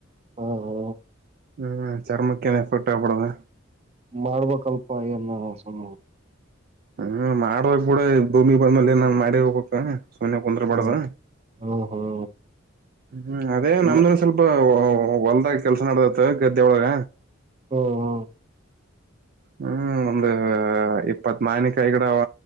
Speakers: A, on the right; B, on the right.
A: ಹಾ ಹಾ
B: ಹ್ಮ್ ಚರ್ಮಕ್ಕೆ ಏನ ಎಫೆಕ್ಟ್ ಆಗಬಡದ
A: ಮಾಡ್ಬೇಕಕ್ಲ್ಪ ಏನ ಸಮ
B: ಹ್ಮ್ ಮಾಡುವಾಗ ಕೂಡ ಭೂಮಿ ಬಂದ್ಮೇಲೆ ನಾನ್ ಮಾಡಿ ಹೋಗಬೇಕ ಸೋನ್ಯ ಕುಂದ್ರ ಬಡದ
A: ಹ್ಮ್ ಹ್ಮ್ ಹ್ಮ್
B: ಹ್ಮ್ ಅದೇ
A: ಹ್ಮ್
B: ನಮ್ದನ್ ಸ್ವಲ್ಪ ಹೊಲ್ದಾಗ ಕೆಲ್ಸ ನಡ್ದತ್ ಗದ್ದೆೊಳಗ
A: ಹ್ಮ ಹಾ
B: ಹ್ಮ ಒಂದು ಇಪ್ಪತ್ ಮಾವಿನಕಾಯಿ ಗಿಡ